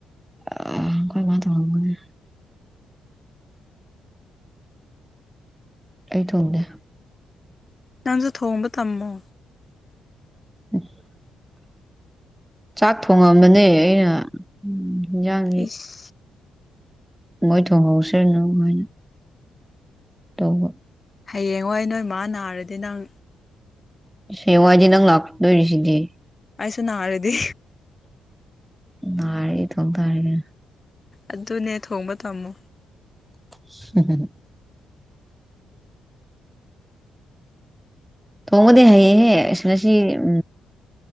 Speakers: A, in the centre; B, on the left.
A: ꯑ ꯀꯣꯏ ꯃꯥ ꯊ ꯋꯥꯒꯅꯦ ꯑꯩ ꯊꯣꯡꯗꯦ
B: ꯅꯪꯁꯨ ꯊꯣꯡꯕ ꯇꯝꯃꯣ
A: <unintelligible> ꯆꯥꯛ ꯊꯣꯡꯉꯝꯕꯅꯦ ꯑꯩꯅ ꯎ ꯍꯟꯖꯥꯡꯅꯤ
B: ꯏꯁ
A: ꯃꯣꯏ ꯊꯍꯧꯁꯦꯅꯅꯨꯡ ꯍꯥꯏꯣꯏꯅ ꯇꯧꯕꯥ
B: ꯍꯌꯦꯡ ꯍꯣꯏ ꯅꯣꯏ ꯃꯥ ꯅꯥꯔꯗꯤ ꯅꯪ
A: ꯁꯦꯋꯥꯖꯤ ꯅꯪ ꯂꯥꯛꯗ ꯁꯤꯗꯤ
B: ꯑꯩꯁꯨꯅꯔꯦꯗꯤ
A: ꯅꯥꯔꯦ ꯑꯩ ꯏꯇꯣꯝ ꯇꯥꯔꯦ
B: ꯑꯗꯨꯅꯦ ꯊꯣꯡꯕ ꯇꯝꯃꯨ
A: <unintelligible> ꯊꯣꯡꯕꯗꯤ ꯍꯩ ꯌꯦ ꯑꯁ ꯉꯁꯤꯎꯝ